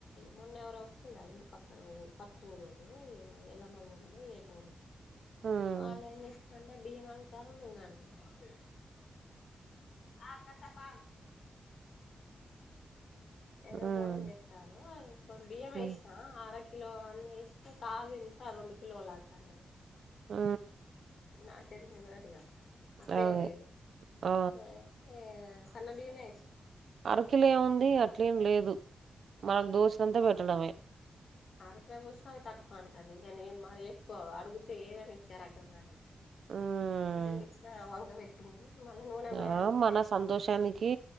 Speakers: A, on the left (about 60°); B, on the right (about 65°).
A: మొన్న ఎవరో అచ్చిరా ఇంటి పక్కన ఊ పక్క ఊరోళ్ళు ఎలమ్మ బోనమో ఏ బోనం
B: హ్మ్
A: వాళ్ళ ఏం చేస్తారు బియ్యం అడుగుతాండ్రు నూనె అడుగుతాండ్రు ఆ కాసేపు ఆగు ఏదో
B: హ్మ్
A: బోనం చేస్తారో కొన్ని బియ్యం
B: హ్మ్
A: ఆసిన్ ఆరో కిలో అని ఎస్తే కాదు ఇంకా రెండు కిలోలు అంటది ఆమె
B: ఉ
A: నాకేం తెలవదిగా అత్తయ్య
B: అదే
A: లేదు
B: ఆ
A: అయితే సన్న బియ్యం ఎసా
B: అరకిల ఏముంది అట్లే లేదు మనకు దోచినంతా పెట్టడమే
A: ఆరకిల పోసిన అవి తక్కువ అంటాంది కానీ మరి ఎక్కువ అడుగుతే ఏదని ఇచ్చారుకం గాని
B: హ్మ్
A: ఇటంక ఇచ్చిన వంక పెట్టింది మళ్ళీ నూనె పోయి
B: ఆ
A: అంటే
B: మన సంతోషానికి